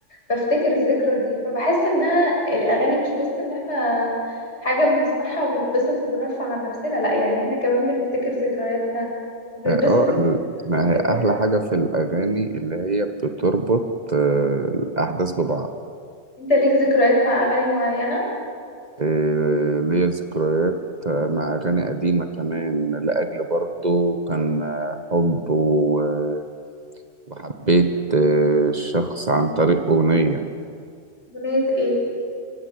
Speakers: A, on the left (about 65°); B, on the right (about 35°).
A: بفتكر الذكرى دي فبحس إنها الأغاني مش بس إن احنا حاجة بنسمعها وبنتبسط وبنرفع عن نفسنا لأ يعني احنا كمان بنفتكر ذكرياتنا وبنتبسط
B: اه آه،
A: أكيد
B: ال-
A: لما
B: ما
A: بنفتكرها
B: هي أحلى حاجة في الأغاني اللي هي بتربط آه، الأحداث ببعض
A: انت ليك ذكريات مع أغاني معينة؟
B: إيه، ليا ذكريات مع أغاني قديمة كمان لأجل برضو كان حب و- وحبيت آه، الشخص عن طريق أغنية
A: أغنية ايه؟